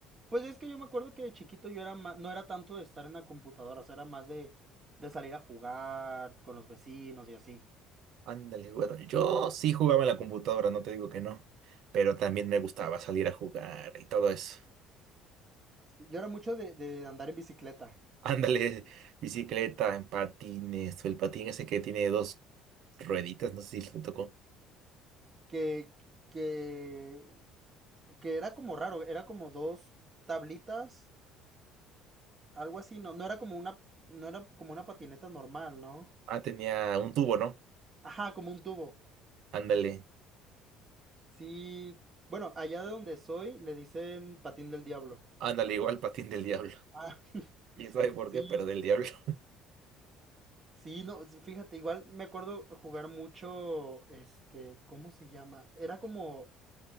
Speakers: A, on the right; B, on the right.
A: Pues es que yo me acuerdo que de chiquito yo era más, no era tanto de estar en la computadora, o sea, era más de, de salir a jugar con los vecinos y así.
B: ándale, bueno, yo sí jugaba en la computadora, no te digo que no, pero también me gustaba salir a jugar y todo eso.
A: Sí, Yo era mucho de, de andar en bicicleta,
B: Ándale, bicicleta, en patines, o el patín ese que tiene dos rueditas, no sé si le tocó.
A: que, que, que era como raro, era como dos tablitas, algo así, no, no era como una, no era como una patineta normal, ¿no?
B: Ah, tenía un tubo, ¿no?
A: Ajá, como un tubo.
B: Ándale.
A: Sí, bueno, allá de donde soy le dicen patín del diablo.
B: Ándale, igual patín del diablo.
A: Ah,
B: ¿Quién sabe por
A: sí.
B: qué? Pero del diablo. <laughs>
A: Sí, no, s- fíjate, igual me acuerdo jugar mucho, este, ¿cómo se llama? Era como